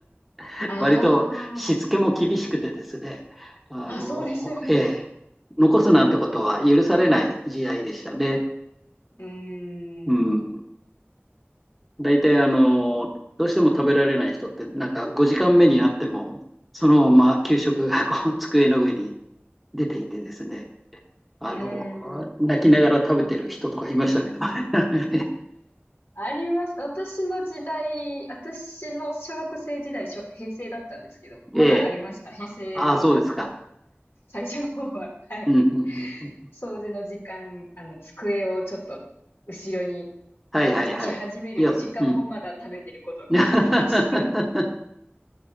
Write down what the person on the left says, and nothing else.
あ
あー、あ、そうですよね。
うーん、
う
ーん。
あります。私の時代、私の小学生時代、しょ平成だったんですけど、まだありました。
平成の
最初の方は。<laughs> はい。
掃除の時間、あの、机をちょっと後ろに
し始める時間もまだ食べてる子とかいましたね。